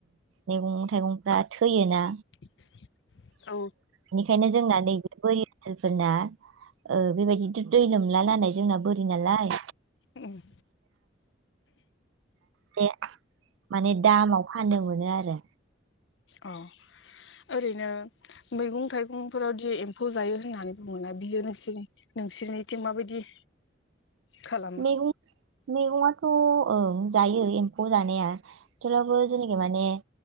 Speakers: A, on the right; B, on the left.
A: मैगं थाइगंफ्रा थैयोना?
B: <inaudible> औ
A: बेनिखायनो जोंना नैबे बोरि ओनसोलफोरना ओ बेबायदि दै लोमला नालाय जोंना बोरि नालाय।
B: उम
A: बे माने दामाव फानदों मोनो आरो
B: अ ओरैनो मैगं थाइगंफोरावदि एम्फौ जायो होननानै बुङो ना बियो नोंसोरनि नोंसोरनिथिं माबायदि? खालामो
A: मेहु मेगआथ थ' ओं जायो एम्फौ जानाया थेवब्लाबो जेनेखि माने